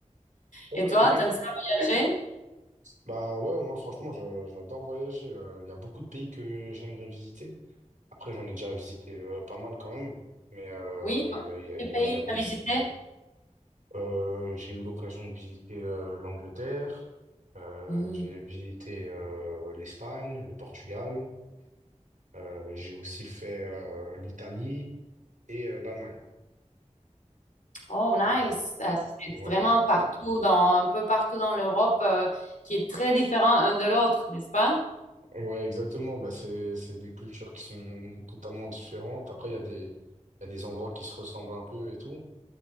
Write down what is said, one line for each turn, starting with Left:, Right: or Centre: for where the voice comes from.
Right: Ok,
Left: Et toi,
Right: ok.
Left: t'aimes ça voyager?
Right: Bah ouais, moi, franchement, je- j'adore voyager. Euh, Il y a beaucoup de pays que j'aimerais visiter. Après, j'en ai déjà visité euh, pas mal quand même, mais euh,
Left: Oui?
Right: il y a, il y a,
Left: Quel
Right: il y
Left: pays
Right: a il y a beaucoup.
Left: t'as visité?
Right: Euh, j'ai eu l'occasion de visiter euh, l'Angleterre, euh,
Left: Hmm.
Right: j'ai visité euh, l'Espagne, le Portugal, euh, j'ai aussi fait euh, l'Italie et euh, l'Allemagne.
Left: Oh, nice.
Right: Voilà.
Left: Euh, C'est
Right: Ouais.
Left: vraiment partout, dans, un peu partout dans l'Europe, euh, qui est très différent un de l'autre, n'est-ce pas?
Right: Ouais, exactement. Bah, c'est, c'est des cultures qui sont totalement différentes. Après, il y a des, il y a des endroits qui se ressemblent un peu et tout.